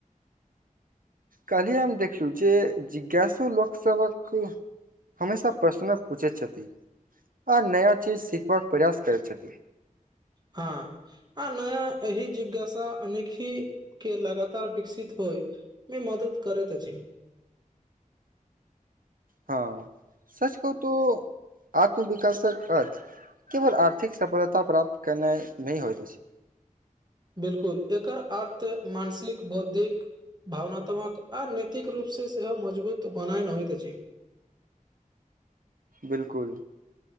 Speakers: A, on the right; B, on the right.
A: काल्हि हम देखलू जे जिज्ञासु लोकसभक हमेशा प्रश्न पूछैत छथि आ नया चीज सीखबाक प्रयास करैत छथि
B: हाँ आ नया एहि जिज्ञासा अनेखी के लगातार विकसित होइ मे मदद करैैत अछी
A: हँ सच कहुं तो आत्मविकासक अर्थ केवल आर्थिक सफलता प्राप्त केनाइ नहि होइत अछि
B: बिल्कुल एकर अर्थ मानसिक बौद्धिक भावनात्मक आ नैतिक रूपसँ सेहो मजबूत बनायन होइत अछि
A: बिल्कुल